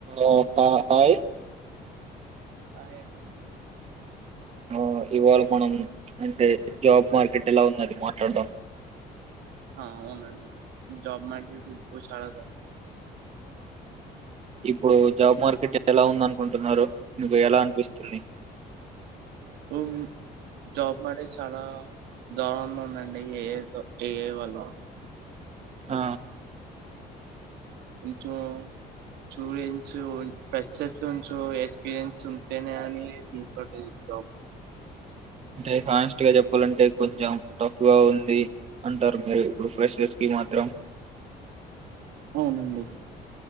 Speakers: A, on the right (about 40°); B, on the right (about 85°).
A: ఆఓ ఆ ఆయ్
B: హాయ్ అండి
A: ఆ ఇవాళ మనం ప్చ్ అంటే, జాబ్ మార్కెట్ ఎలా ఉన్నది మాట్లాడం.
B: ఆ అవునండి జబ్ <unintelligible>
A: ఇప్పుడు జాబ్ మార్కెట్ ఎలా ఉంద అనుకుంటున్నారు మీకు ఎలా అనిపిస్తుంది
B: ఉహ్ హు జాబ్ మానేశాలా రావాల్నుందండి. ఏదో ఈ ఏర్ వాళ్ళ
A: ఆ
B: ఇంచో చూడెంస్ ప్రస్సెసు ఉంచు ఎక్స్పీరియన్స్ ఉంటేనే అని <unintelligible>
A: అంటే హానెస్ట్ గా చెప్పాలంటే, కొంచెం టఫ్గా ఉంది. అంటారు మీరు ఇప్పుడు ఫ్రెషస్ కి మాత్రం.
B: అవునండి